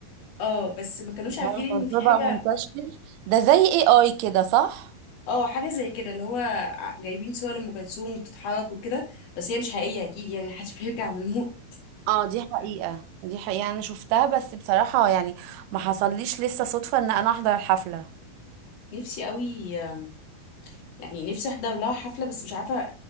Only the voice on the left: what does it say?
اه بس ما كانوش عارفين
ان
في حاجه
اه حاجه زي كده اللي هو ع- جايبين صور لام كلثوم بتتحرك وكده بس هي مش حقيقيه اكيد يعني <laughs> محدش بيرجع من الموت
نفسي قوي آم، يعني نفسي احضر لها حفله بس مش عارفه